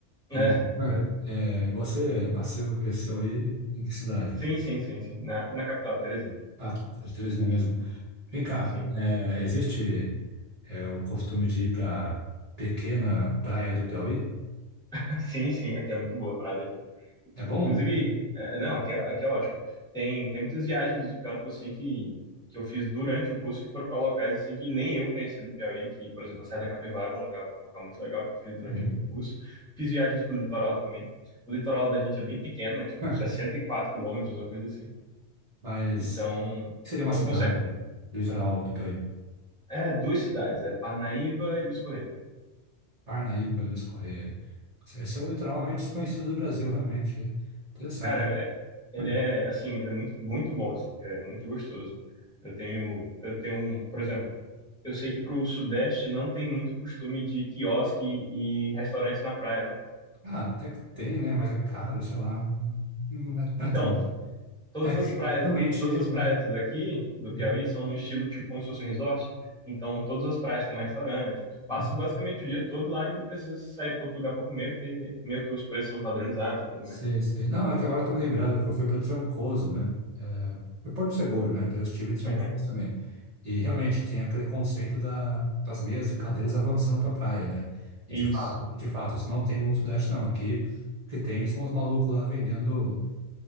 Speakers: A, in the centre; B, on the right.
A: É,
B: Entendi. <laughs>
A: é.
B: É, você nasceu, e cresceu aí em que cidade?
A: Sim, sim, sim, sim. Na, na capital, Teresina.
B: Ah, você é de Teresina mesmo. Vem cá,
A: Sim.
B: é, existe é, o costume de ir para pequena praia do Piauí?
A: <laughs> Sim, sim, aqui é muito boa a parada aqui.
B: É bom?
A: Inclusive, é, não, aqui é, aqui é ótimo. Tem, tem muitas viagens de campo, assim, que, que eu fiz durante o curso, que foram para locais, assim, que nem eu conhecia do Piauí, que, por exemplo, a Serra da Capivara é um local, um local muito legal que eu fiz durante
B: Uhum.
A: o curso. Fiz viagens pro litoral também. O litoral da gente é bem pequeno, é tipo
B: <laughs>
A: 64 quilômetros, uma coisa assim.
B: Mas
A: Então,
B: o que seria uma
A: então
B: cidade
A: tu consegue...
B: do litoral do Piauí?
A: É, é duas cidades, é Parnaíba e Luiz Correia.
B: Parnaíba, Luiz Correia. Esse é o litoral mais desconhecido do Brasil, realmente. Interessante.
A: Cara, é- ele
B: <laughs>
A: é assim, ele é muito, muito bom, assim, é muito gostoso. Eu tenho, eu tenho, um- por exemplo, eu sei que pro Sudeste não tem muito costume de quiosque e restaurante na praia, né?
B: Ah, até que tem, né? Mas é caro, sei lá. Não é, não
A: Então,
B: é tanto.
A: todas
B: É que
A: as praias,
B: realmente.
A: todas as praias daqui do
B: uhum,
A: Piauí são no estilo tipo como se fosse um resort. Então, todas as praias têm um restaurante. Tu passa
B: uhum.
A: basicamente o dia todo lá e não precisa sair para outro lugar para comer, porque meio que os preços são padronizados e tudo
B: Sei,
A: mais.
B: sei. Não, é que agora eu tô me lembrando que eu fui para Trancoso, né? É, foi Porto Seguro, né? Então eu estive em Trancoso
A: Uhum.
B: também. E realmente tem aquele conceito da, das mesas e cadeiras avançando para a praia, né? E
A: Isso.
B: de fato, e de fato, isso não tem no Sudeste, não. Aqui o que tem são os malucos lá vendendo,